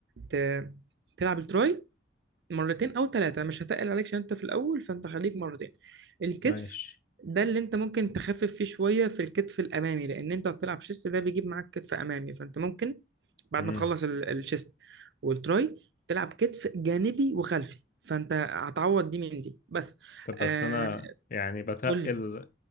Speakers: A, on the right (about 65°); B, on the left (about 45°).
A: ت... تلعب التراي مرتين او ثلاثه مش هتقل عليك عشان انت في الاول فانت خليك مرتين الكتف
B: ماشي
A: ده اللي انت ممكن تخفف فيه شويه في الكتف الامامي لان انت بتلعب شيست ده بيجيب معاك كتف امامي فانت ممكن بعد
B: امم
A: ما تخلص ال- الشيست والتراي تلعب كتف جانبي وخلفي فانت هتعوض دي من دي بس
B: طب بس
A: آه
B: أنا يعني بتقل
A: قول لي